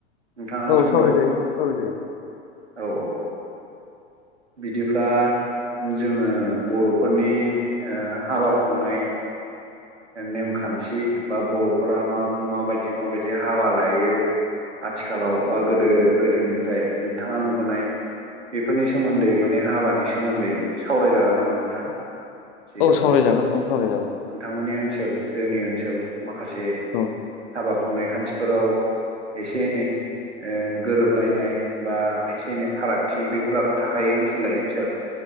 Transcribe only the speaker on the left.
औ
सावरायजायो
सावरायजायो
औ सावरायजागोन नोंथां। सावरायजागोन।
औ